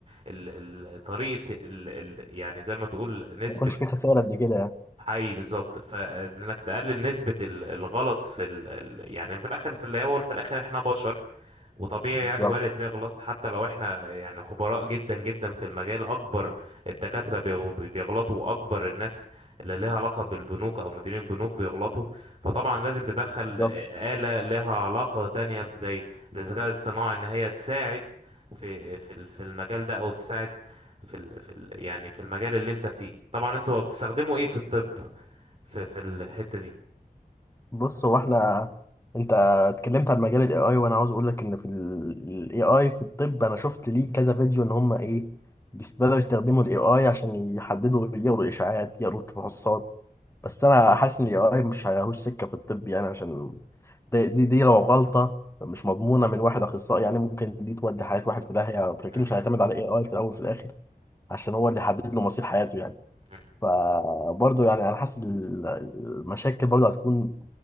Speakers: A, on the right; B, on the left.
A: ال- ال- طريقة ال ال يعني زي ما تقول نسبة
B: ما يكونش في خساره قد كده يعني
A: حي بالظبط فانك تقلل نسبة ال- الغلط في ال ال- يعني في الاخر في الاول في الاخر احنا بشر وطبيعي
B: بالظبط
A: يعني وارد نغلط حتى لو احنا يعني خبراء جدا جدا في المجال اكبر الدكاترة بيغ- بيغلطوا واكبر الناس اللي لها علاقة بالبنوك او مديرين البنوك بيغلطوا فطبعا لازم تدخل
B: بالظبط
A: آلة لها علاقة تانية زي الذكاء الصناعي ان هي تساعد في في ال- في المجال ده او تساعد في ال في ال يعني في المجال اللي انت فيه طبعا انتوا بتستخدموا ايه في الطب في في الحتة دي
B: بص هو احنا انت اتكلمت عن مجال الاي اي وانا عاوز اقول لك ان في الاي اي في الطب انا شفت ليه كذا فيديو ان هم ايه بيست- بدأوا يستخدموا الاي اي عشان يحددوا يقروا اشاعات يقروا تفحصات بس انا حاسس ان الاي اي مش هيهوش سكه في الطب يعني عشان دي دي, دي لو غلطه مش مضمونه من واحد اخصائي يعني ممكن دي تودي حياه واحد في داهيه لكن
A: م-
B: مش هيعتمد على اي اي في الاول وفي الاخر عشان هو اللي حدد له مصير حياته يعني
A: م.
B: فبرضه يعني انا حاسس ال- المشاكل برضه هتكون